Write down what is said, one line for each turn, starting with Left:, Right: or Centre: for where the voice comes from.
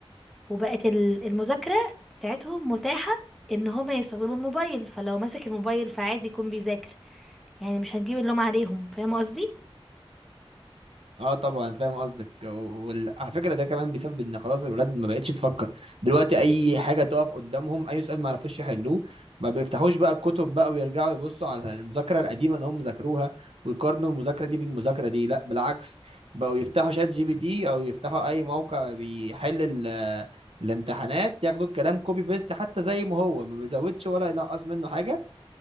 Centre: وبقت ال- المذاكره بتاعتهم متاحه ان هما يستخدموا الموبايل فلو ماسك الموبايل فعادي يكون بيذاكر يعني مش هنجيب اللوم عليهم فاهمه قصدي
Right: اه طبعا فاهم قصدك وعلى فكره ده كمان بسبب ان خلاص الولاد ما بقتش تفكر دلوقتي اي حاجه تقف قدامهم اي سؤال ما يعرفوش يحلوه ما بيفتحوش بقى الكتب بقى ويرجعوا يبصوا على المذاكره القديمه اللي هم ذاكروها ويقارنوا المذاكره دي بالمذاكره دي لا بالعكس بقوا يفتحوا شات جي بي تي او يفتحوا اي موقع بيحل ال- الامتحانات ياخدوا الكلام كوبي بيست حتى زي ما هو ما بيزودش ولا ينقص منه حاجه